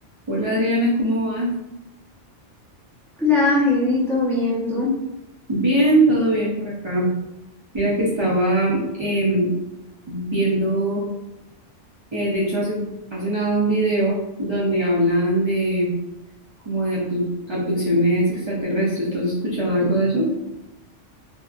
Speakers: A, on the right; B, in the centre.
A: Hola Adriana, ¿cómo vas?
B: Hola, Heidi, ¿todo bien tú?
A: Bien, todo bien por acá. Mira que estaba em, viendo, eh, de hecho hace, hace nada un video donde hablan de como de abdu- abducciones extraterrestres. ¿Tú has escuchado algo de eso?